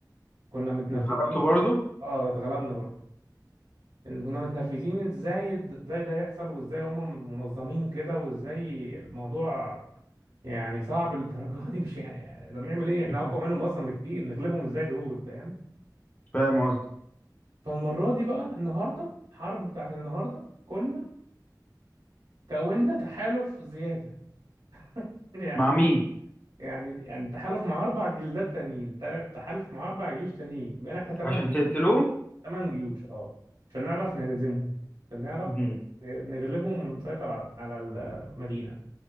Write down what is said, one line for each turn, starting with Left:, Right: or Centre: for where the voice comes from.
Right: كنا متنرفزين
Left: ضربته برضه
Right: اه اتغلبنا برضه اللي كنا متنرفزين ازاي ازاي ده يحصل وازاي هم منظمين كده وازاي الموضوع يعني صعب للدرجه دي مش يعني, يعني ده بنعمل ايه احنا
Left: <laughs>
Right: اقوى منهم اصلا بكتير نغلبهم ازاي دول فاهم
Left: فاهم قصدي
Right: فالمره دي بقى النهارده الحرب بتاعت النهارده كنا كوننا تحالف زياده <laughs> يعني
Left: مع
Right: ايه
Left: مين
Right: يعني يعني تحالف مع اربع جلدات تانيين تل- تحالف مع اربع جيوش تانيين بقينا احنا تمن
Left: عشان
Right: جل...
Left: تقتلوه
Right: تمن جيوش اه عشان نعرف نهزمهم عشان نعرف
Left: مم.
Right: نغلبهم ونسيطر على على المدينه